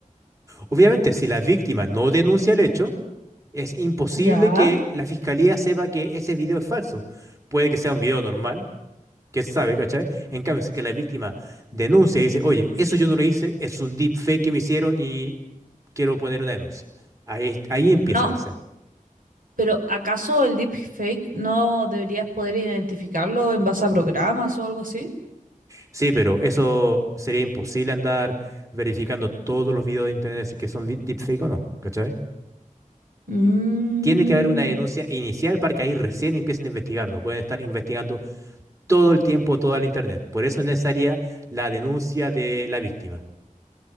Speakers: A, on the right; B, on the right.
A: Obviamente, si la víctima no denuncia el hecho, es imposible
B: Ya.
A: que la fiscalía sepa que ese video es falso. Puede que sea un video normal, que se sabe, ¿cachai? En cambio, si que la víctima denuncia y dice, oye, eso yo no lo hice, es un deepfake que me hicieron y quiero poner una denuncia. Ahí, ahí empieza
B: No,
A: recién.
B: pero ¿acaso el deepfake no deberías poder identificarlo en base a programas o algo así?
A: Sí, pero eso sería imposible andar verificando todos los videos de internet si que son vi- deepfake o no, ¿cachai?
B: Mm.
A: Tiene que haber una denuncia inicial para que ahí recién empiecen a investigar, no pueden estar investigando todo el tiempo toda la internet. Por eso es necesaria la denuncia de la víctima.